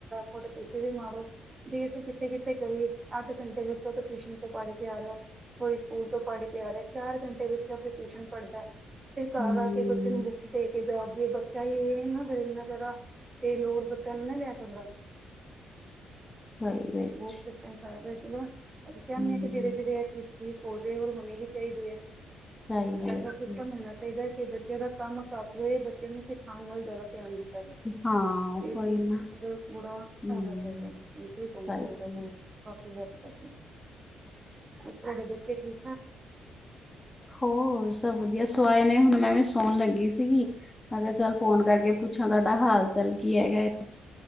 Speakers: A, on the right (about 25°); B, on the left (about 15°).
A: ਕੜ ਤੁੇ ਵੀ ਮਾਰੋ ਵੀ ਅਸੀਂ ਕਿਥੇ ਕਿਤੇ ਕਈਏ ਅੱਠ ਘੰਟੇ ਵਿੱਚੋਂ ਟਿਊਸ਼ਨ ਤੋਂ ਪੜ੍ਹ ਕੇ ਆ ਰਿਹਾ ਸੋ ਓਹੀ ਸਕੂਲ ਤੋਂ ਪੜ੍ਹ ਕੇ ਆ ਰਿਹਾ ਚਾਰ ਘੰਟੇ ਬੱਚਾ ਫਿਰ ਟਿਊਸ਼ਨ ਪੜ੍ਹਦਾ ਤੇ ਘਰ
B: ਹੂੰ
A: ਆ ਕੇ ਬੱਚੇ ਨੂੰ ਬੁੱਕਸ ਦੇ ਜੇ ਬੱਚਾ ਹੀ ਇਹ ਨਾ ਫੇਰ ਏਦੇ ਨਾਲਾ ਜਿਆਦਾ ਤੇ ਲੋੜ ਬੱਚਾ ਨੂੰ ਨਾ ਲੈ ਸਕਦਾ
B: ਸਹੀ ਵਿੱਚ
A: ਬਹੁਤ ਸਿਸਟਮ ਖਰਾਬ ਹੈ ਇਹ ਅਸੀਂ ਚਾਨੇ
B: ਹੂੰ
A: ਆ ਧੀਰੇ ਧੀਰੇ ਆ ਪੌਦੇ ਹੋਰ ਹੋਣੀ ਵੀ ਚਾਹੀਦੇ ਹੈ
B: ਚਾਹੀਦੀ
A: ਅੱਛਾ ਐਸਾ
B: ਹੈ
A: ਸਿਸਟਮ ਹੋਣਾ ਚਾਹੀਦਾ ਹੈ ਕਿ ਬੱਚਿਆਂ ਦਾ ਕੰਮ ਕੱਟ ਹੋਏ ਬੱਚਿਆਂ ਨੂੰ ਸਿਖਾਉਣ ਨਾਲ ਜ਼ਿਆਦਾ ਧਿਆਨ ਦਿੱਤਾ
B: ਹਾਂ
A: ਇਸ
B: ਹੋਈ
A: <unintelligible>
B: ਨਾ ਹੂੰ ਚਾਹੀਦੀ
A: ਕਾਫੀ ਹੱਦ ਤੱਕ ਅੱਛਾ ਜਦੋਂ ਕਿ ਕੀ
B: ਹੋਰ ਸਭ ਵਧੀਆ ਸੂ ਸੋਆਏ ਨੇ ਹੁਣ ਮੈਂ ਵੀ ਸੌਣ ਲੱਗੀ ਸੀਗੀ। ਮੈਂ ਕਿਹਾ ਚੱਲ ਫੋਨ
A: ਅੱਛਾ
B: ਕਰਕੇ
A: ਅੱਛਾ
B: ਪੁੱਛਾਂ
A: ਠੀਕ
B: ਤੁਹਾਡਾ ਹਾਲ
A: ਹੈ।
B: ਚਾਲ ਕੀ ਹੈਗਾ।